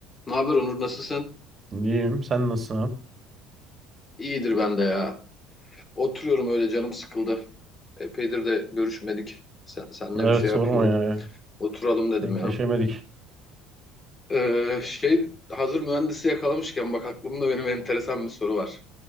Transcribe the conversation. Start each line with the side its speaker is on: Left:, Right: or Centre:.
Left: Ne haber Onur nasılsın?
Right: İyiyim. Sen nasılsın abi?
Left: İyidir ben de ya. Oturuyorum öyle canım sıkıldı. Epeydir de görüşmedik. Sen, senle
Right: Evet
Left: bir şey
Right: sorma
Left: yapayım dedim.
Right: ya.
Left: Oturalım dedim
Right: Denkleşemedik.
Left: ya. Ee, şey hazır mühendisi yakalamışken bak aklımda benim enteresan bir soru var.